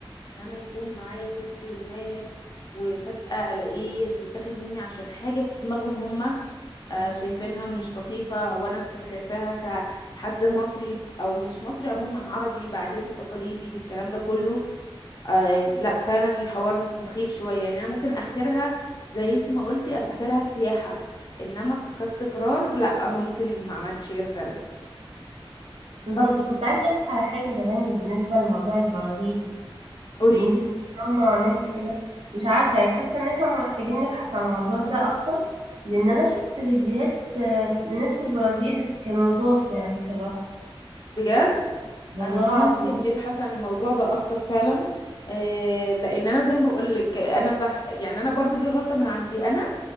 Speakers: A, on the left; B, on the right.
A: ان انا يكون معايا طفل ما وفجأة الاقيه بيتاخد مني عشان حاجة في دماغهم هما آه، شايفينها مش لطيفة وانا ك- شايفاها كحد مصري ب- او مش مصري عموما عربي بعاداتي بتقاليدي بالكلام ده كله آه لا فعلا الحوار مخيف شوية يعني انا ممكن اخرها زي انت ما قلتي اسافرها سياحة انما كاستقرار لا ممكن ما اعملش كده فعلا
B: بالظبط
A: طب
B: وكنت عايزة أقول لك على حاجة كمان بالنسبة لموضوع البرازيل
A: قوليلي
B: ان انت بتبقي كمان معاناة وكده مش عارفة يعني حاسة ان احنا محتاجين نبحث عن الموضوع ده اكتر لان انا شفت فيديوهات آه، لناس في البرازيل كانوا لطاف يعني بصراحة
A: بجد
B: والله
A: انا ممكن
B: العظيم
A: نبحث عن الموضوع ده اكتر فعلا إيه لان انا زي ما بقول لك انا بح... يعني انا برضو دي غلطة من عندي انا